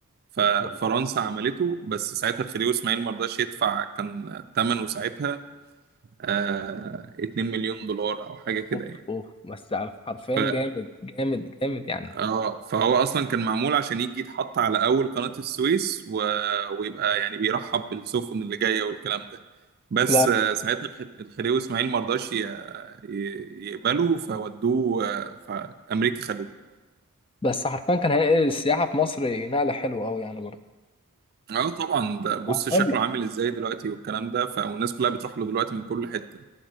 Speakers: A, on the right; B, on the left.
A: ففرنسا
B: والله.
A: عملته بس ساعتها الخديوي اسماعيل ما رضاش يدفع كان ثمنه ساعتها آه 2 مليون دولار او حاجه كده
B: اوف
A: يعني
B: اوف بس على حرفيا
A: ف
B: جامد جامد جامد يعني
A: اه فهو اصلا كان معمول عشان يجي يتحط على اول قناه السويس و... ويبقى يعني بيرحب بالسفن اللي جايه والكلام ده بس
B: لا
A: آه ساعتها الخ- الخديوي اسماعيل ما رضاش ي... ي... يقبله فودوه آه فامريكا خدته
B: بس حرفيا كان هينقل السياحة في مصر نقلة حلوة أوي يعني برضه
A: اه طبعا ده بص
B: وهقول
A: شكله
B: لك
A: عامل ازاي دلوقتي والكلام ده فالناس كلها بتروح له دلوقتي من كل حته